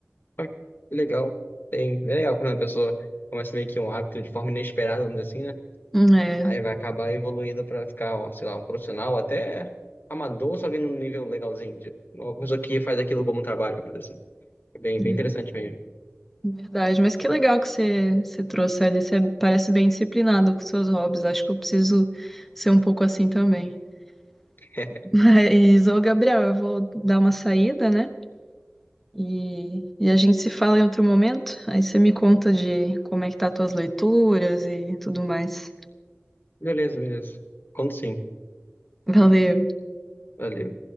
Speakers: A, on the left (about 45°); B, in the centre.
A: Ah, Legal. Tem, é legal quando a pessoa começa meio que um hábito de forma inesperada, vamos dizer assim, né?
B: É,
A: Aí vai acabar evoluindo pra ficar, ó, sei lá, um profissional, até amador, só que num nível legalzinho. de- Uma pessoa que faz aquilo como um trabalho, vamos dizer assim. É Bem,
B: É,
A: bem interessante mesmo.
B: Verdade, mas que legal que você, você trouxe ali. Você parece bem disciplinado com seus hobbies. Acho que eu preciso ser um pouco assim também.
A: <laughs>
B: <laughs> Mas, ô Gabriel, eu vou dar uma saída, né? E, e a gente se fala em outro momento. Aí você me conta de como é que tá as tuas leituras e tudo mais.
A: Beleza, beleza. Conto sim.
B: Valeu.
A: Valeu.